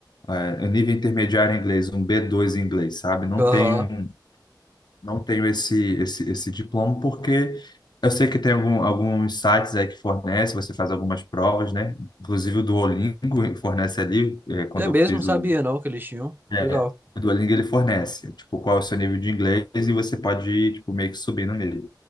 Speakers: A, on the left; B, on the right.
A: é, nível intermediário em inglês, um B2 em inglês, sabe? Não
B: aham.
A: tenho, não tenho esse, esse, esse diploma porque eu sei que tem algum, alguns sites aí que fornecem, você faz algumas provas, né? Inclusive o Duolingo fornece ali, é, quando
B: É
A: eu
B: mesmo,
A: fiz
B: sabia
A: o,
B: não que eles tinham.
A: é,
B: Legal.
A: o Duolingo ele fornece, tipo, qual é o seu nível de inglês e você pode ir, tipo, meio que subindo nele.